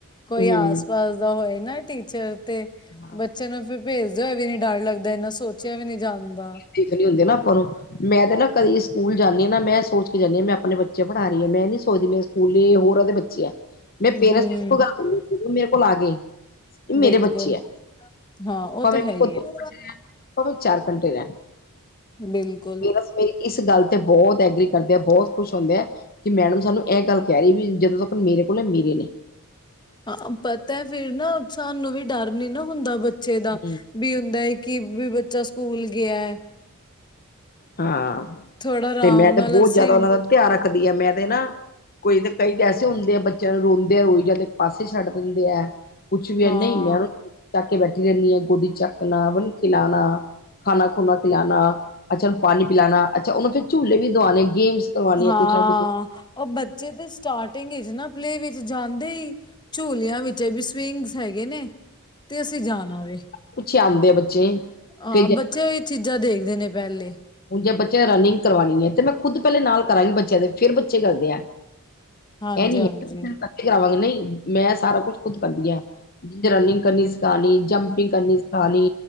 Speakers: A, on the left; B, on the left.
A: ਕੋਈ
B: ਹਮ
A: ਆਸ-ਪਾਸ ਦਾ ਹੋਏ ਨਾ ਟੀਚਰ ਤੇ
B: ਹਾਂ
A: ਬੱਚੇ ਨੂੰ ਫਿਰ ਪੇਜ਼ਦੇ ਹੋਏ ਵੀ ਨੀ ਡਰ ਲੱਗ ਤੇ ਏਨਾ ਸੋਚਯਾ ਵੀ ਨੀ ਜਾਂਦਾ।
B: ਠੀਕ ਨੀ ਹੁੰਦੇ ਨਾ ਆਪਾਂ ਨੂੰ ਮੈਂ ਤੇ ਨਾ ਕਦੀ ਸਕੂਲ ਜਾਂਨੀ ਆਂ ਨਾ, ਮੈਂ ਐ ਸੋਚ ਕੇ ਜਾਂਨੀ ਆਂ ਮੈਂ ਅਪਨੇ ਬੱਚੇ ਪੜਾ ਰੀ ਆਂ, ਮੈਂ ਨੀ ਸੋਚਦੀ ਮੈਂ ਸਕੂਲੇ ਹੋਰਾਂ ਦੇ ਬੱਚੇ ਐ, ਮੈਂ ਪੇਰੈਂਟਸ
A: ਹੂੰ
B: <unintelligible> ਮੇਰੇ ਕੋਲ ਆ ਕੇ ਏ ਮੇਰੇ
A: ਬਿਲਕੁਲ
B: ਬੱਚੇ ਐ,
A: ਹਾਂ ਉਹ
B: ਭਾਵੇਂ
A: ਤੇ ਹੈ ਹੀ
B: ਓ ਦੋ
A: ਹੈ
B: ਘੰਟੇ ਰੈਨ ਭਾਵੇਂ ਚਾਰ ਘੰਟੇ ਰੈਨ।
A: ਬਿਲਕੁ
B: ਬਸ ਮੇਰੀ ਇਸ ਗੱਲ ਤੇ ਬੋਤ ਐਗਰੀ ਕਰਦੇ ਐ, ਬੋਤ ਖੁਸ਼ ਹੁੰਦੇ ਐ। ਕਿ ਮੈਡਮ ਸਾਨੂੰ ਐ ਗੱਲ ਕੈ ਰੀ ਵੀ, ਜਦੋਂ ਤੱਕ ਮੇਰੇ ਕੋਲ ਨੇ, ਮੇਰੇ ਨੇ।
A: ਹਾਂ, ਪਤਾ ਫਿਰ ਨਾ ਸਾਨੂੰ ਵੀ ਡਰ ਨੀ ਨਾ ਹੁੰਦਾ ਬੱਚੇ ਦਾ।
B: ਹੂੰ
A: ਵੀ ਹੁੰਦਾ ਐ ਕਿ ਵੀ ਬੱਚਾ ਸਕੂਲ ਗਯਾ ਐ।
B: ਹਾਂ,
A: ਥੋੜਾ ਆਰਾਮ
B: ਤੇ ਮੈਂ ਤੇ
A: ਨਾਲ
B: ਬੋਤ
A: ਅਸੀਂ
B: ਜਾਦਾ ਓਨਾਂ ਦਾ ਧਿਆਨ ਰੱਖਦੀ ਆ, ਮੈਂ ਤੇ ਨਾ ਕੋਈ ਤਾਂ, ਕਈ ਤਾਂ, ਐਸੇ ਹੁੰਦੇ ਐ ਬੱਚੇਆਂ ਨੂੰ ਰੋਂਦੇ ਐ, ਰੋਈ ਜਾਨ ਦੇ, ਇੱਕ ਪਾਸੇ ਛੱਡ ਦੇਂਦੇ ਐ। ਕੁਛ ਵੀ
A: ਹਾਂ
B: ਐ ਨਈ ਮੈਂ ਚੱਕ ਕੇ ਬੈਠੀ ਰੈਨੀ ਆਂ ਗੋਦੀ ਚੱਕਨਾ, ਓਨੂੰ ਖਿਲਾਨਾ, ਖਾਨਾ ਖੂਨਾ ਖਿਲਾਨਾ। ਅੱਛਾ ਓਨੂੰ ਪਾਨੀ ਪਿਲਾਨਾ, ਅੱਛਾ, ਓਨੂੰ ਫਿਰ ਝੂਲੇ ਵੀ ਦੁਆਨੇ, ਗੇਮਸ ਕਰਵਾਉਣੀਆਂ
A: ਹਾਂ,
B: ਕੁਛ ਨਾ ਕੁਛ
A: ਓ ਬੱਚੇ ਤੇ ਸਟਾਰਟਿੰਗ ਇਚ ਨਾ, ਪਲੇ ਵਿੱਚ ਜਾਂਦੇ ਈ, ਝੂਲੇਆਂ ਵਿੱਚ ਐ ਵੀ ਸਵਿੰਗਸ ਹੈਗੇ ਨੇ ਤੇ ਅਸੀਂ ਜਾਨਾ ਵੇ।
B: ਕੁਛ ਆਉਂਦੇ ਆ ਬੱਚੇ
A: ਹਾਂ,
B: ਫਿਰ
A: ਬੱਚੇ ਓਈ ਚੀਜ਼ਾਂ ਦੇਖਦੇ ਨੇ ਪੈਲੇ।
B: ਹੁਨ ਜੇ ਬੱਚੇਆਂ ਰਨਿੰਗ ਕਰਵਾਨੀ ਐ ਤੇ ਮੈਂ ਖੁਦ ਪੈਲੇ ਨਾਲ ਕਰਾਂਗੀ ਬੱਚੇਆਂ ਦੇ, ਫੇਰ ਬੱਚੇ ਕਰਦੇ ਐ।
A: ਹਾਂਜੀ
B: ਐ ਨੀ
A: ਹਾਂਜੀ
B: ਹੈਗਾ, <unintelligible> ਕਰਾਵਾਂਗੀ ਨਈ, ਮੈਂ ਸਾਰਾ ਕੁੱਛ ਖੁਦ ਕਰਦੀ ਆਂ, ਜਿਦੇ 'ਚ ਰਨਿੰਗ ਕਰਨੀ ਸਿਖਾਨੀ, ਜੰਪਿੰਗ ਕਰਨੀ ਸਿਖਾਨੀ।